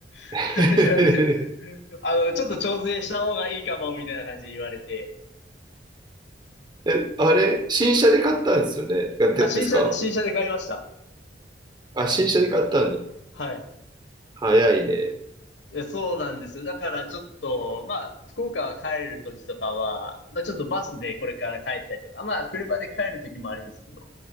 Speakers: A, on the left; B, on the right.
A: いな
B: <laughs>
A: <laughs> 言われて、あの、ちょっと調整した方がいいかも、みたいな感じで言われて、
B: え、あれ、新車で買ったんですよね。あで、
A: あ、新車で、
B: ですか
A: 新車で買いました。
B: あ、新車で買ったんだ。
A: はい。
B: 早いね。
A: えそうなんですよ。だからちょっと、まあ、福岡は帰るときとかは、まあちょっとバスでこれから帰ったりとか、まあ車で帰るときもありますけど、